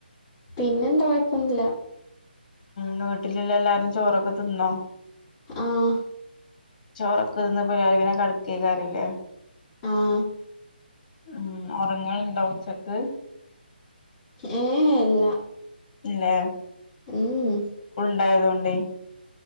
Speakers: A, on the left; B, on the left.
A: പിന്നെന്താ കൊഴപ്പൊനുല
B: മ് വീട്ട്ലില്ലെല്ലാരും ചോറൊക്കെ തിന്നോ
A: ആഹ്
B: ചോറൊക്കെത് ന്ന് ഞാന്ങ്ങനെ കടക്കേര്ന്നു പറഞ്ഞിലെ
A: ആഹ്
B: മ് ഒറങ്ങല്ണ്ടോ ഉച്ചക്ക്
A: ഏ എ ഇല്ല
B: ഇല്ലേ
A: മ് മ്
B: ണ്ടായതോണ്ടേയ്